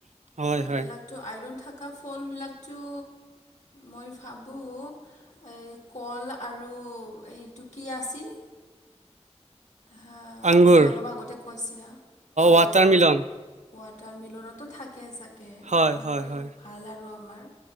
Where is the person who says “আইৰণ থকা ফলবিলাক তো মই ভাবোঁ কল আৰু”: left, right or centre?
Left